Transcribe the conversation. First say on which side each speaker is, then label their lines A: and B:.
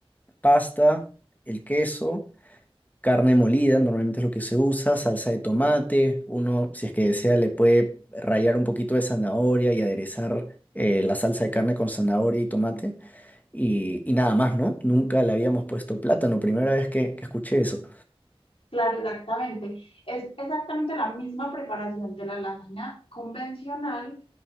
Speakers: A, on the left (about 15°); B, on the left (about 65°).
A: pasta, el queso, carne molida, normalmente es lo que se usa, salsa de tomate, uno si es que desea le puede rallar un poquito de zanahoria y aderezar eh, la salsa de carne con zanahoria y tomate y, y nada más, ¿no? Nunca le habíamos puesto plátano, primera vez que que escuché eso.
B: Claro, exactamente. Es exactamente la misma preparación de la lasaña convencional,